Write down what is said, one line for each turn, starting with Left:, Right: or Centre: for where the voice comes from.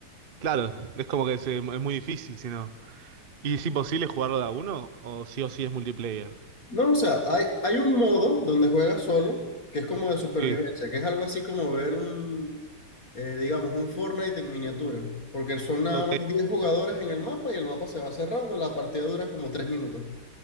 Right: Claro, es como que se- es muy difícil, si no. ¿Y es imposible jugarlo de a uno? ¿O sí o sí es multiplayer?
Left: No, o sea, hay, hay un modo donde juegas solo, que es como de supervivencia,
Right: Sí.
Left: que es algo así como ver un, eh, digamos, un Fortnite en miniatura, porque son nada
Right: Ok.
Left: más 10 jugadores en el mapa y el mapa se va cerrando, la partida dura como 3 minutos.